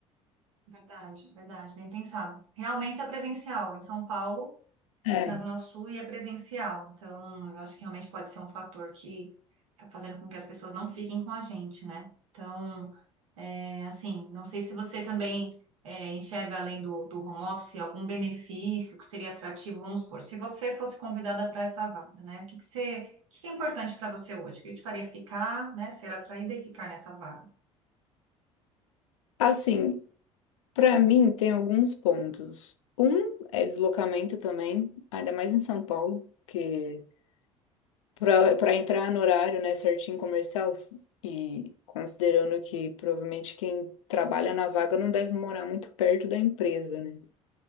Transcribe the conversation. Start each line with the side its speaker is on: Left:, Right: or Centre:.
Right: Verdade, verdade, bem pensado. Realmente é presencial. Em São Paulo,
Left: É.
Right: na Zona Sul e é presencial. Então, eu acho que realmente pode ser um fator que tá fazendo com que as pessoas não fiquem com a gente, né? Então, é assim, não sei se você também é, enxerga além do, do home office algum benefício que seria atrativo, vamos supor, se você fosse convidada para essa vaga, né? O que que você, o que que é importante para você hoje? O que te faria ficar, né? Ser atraída e ficar nessa vaga?
Left: Assim, Para mim, tem alguns pontos. Um é deslocamento também, ainda mais em São Paulo, que para para entrar no horário, né, certinho comercial, s- e considerando que provavelmente quem trabalha na vaga não deve morar muito perto da empresa, né?